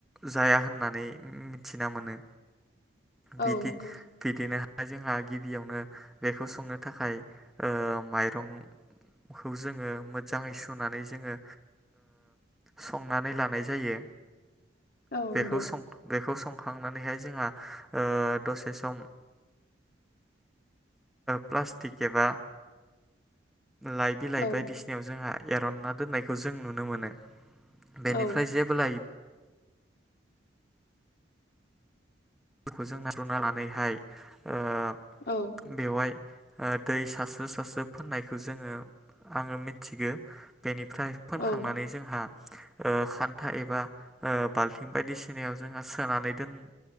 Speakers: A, in the centre; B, on the left.
A: जाया होननानै मिथिना मोनो बिदि
B: औ नंगौ
A: बिदिनो दा जोंहा गिबियावनो बेखौ संनो थाखाय माइरंखौ जोङो मोजाङै सुनानै जोङो संनानै लानो हानाय जायो
B: औ नंगौ
A: बेखौ सं बेखौ सं सखांनानैहाय जोंहा दसे सम प्लास्टिक एबा लाइ बिलाइ
B: औ
A: बायदिसिनायाव जोंहा एरनना दोननायखौ जों नुनो मोनो बेनिफ्राय
B: औ
A: जेबोला इ खौ जों नार'ना लानानैहाय ओ
B: औ
A: बेवहाय दै सारस्रो सारस्रो फोननायखौ जोङो आङो मिथिगौ बेनिफ्राय फोनखांनानै
B: औ
A: जोंहा खान्था एबा बाल्थिं बायदिसिनायाव जोंहा सोनानै दोन